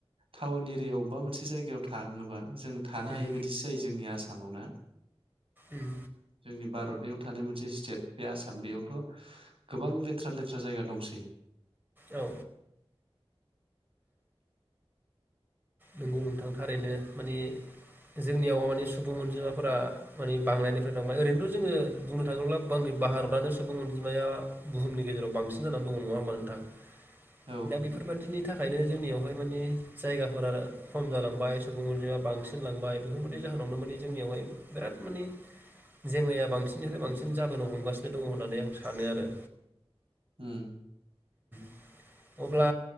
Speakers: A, on the right; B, on the right.
A: टाउन एरियायाव अबेबा मोनसे जायगायाव थाङोबा जों थानो
B: उम
A: हायि बायदिसो जायो जोंनि आसाम सामावना
B: उम
A: जोंनि भारतनियाव थानाय मोनसे स्टेट बे आसाम बेयावथ' गोबां लेथ्रा लेथ्रा जायगा दंसै
B: औ नंगौ नोंथां थारैनो माने जोंनियाव माने सुबुं अनजिमाफोरा माने बांनायनिफ्राय बांबाय ओरैनोथ' जोङो बुंनो थाङोब्ला आंनि भारतआानो सुबुं अनजिमाया बुहुमनि गेजेराव बांसिन जानानै दङ नङा होमबा नोंथां
A: औ
B: दा बेफोरबादिनि थाखायनो जोंनियावहाय मानि जायगाफोर आरो खम जालांबाय सुबुं अनजिमाया बांसिन लांबाय बेफोरबादि जाहोनावनो माने जोंनियावहाय बिराद माने जेंनाया बांसिननिफ्राय बांसिन जाबोनो हमगासिनो दङ होननानै आं सानो आरो।
A: उम।
B: <inaudible> अब्ला